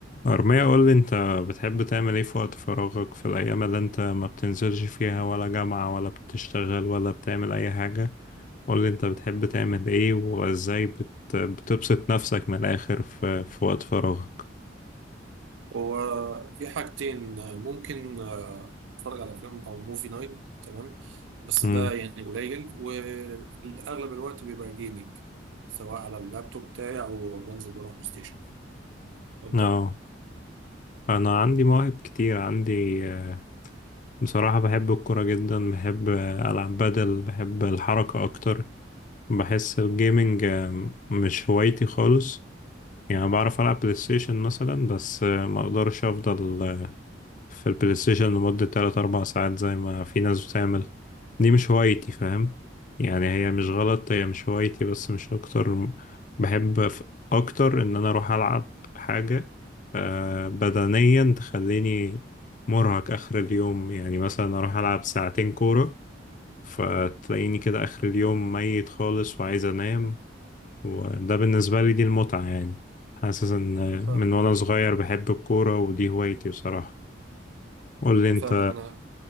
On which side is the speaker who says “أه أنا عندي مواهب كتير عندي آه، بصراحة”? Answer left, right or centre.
Left